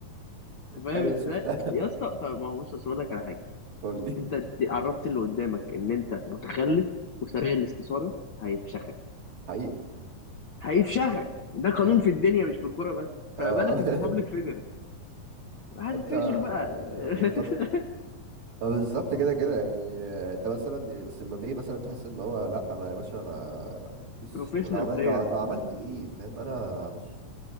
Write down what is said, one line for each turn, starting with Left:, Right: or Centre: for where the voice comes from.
Left: انت فاهم
Right: ايوه
Left: ازاي
Right: شفتها
Left: يا اسطى طب ما هو بص أصل اقول لك على حاجة
Right: قول لي
Left: انت دي- عرفت اللي قدامك ان انت متخلف وسريع الاستثارة هيفشخ
Right: حقيقي
Left: هيفشخك ده قانون
Right: حقيقي
Left: في الدنيا مش في الكوره بس
Right: اه
Left: فما بالك انت
Right: <laughs>
Left: بابليك فيجر هتتفشخ
Right: انت
Left: بقى <laughs>
Right: بالظبط اه بالظبط كده كده يعني آه، انت مثلا يعني بس مبابي مثلا تحس ان هو لا انا يا باشا انا بص
Left: بروفيشنال
Right: لو عملت
Left: بلاير
Right: لو, لو عملت ايه فاهم انا بص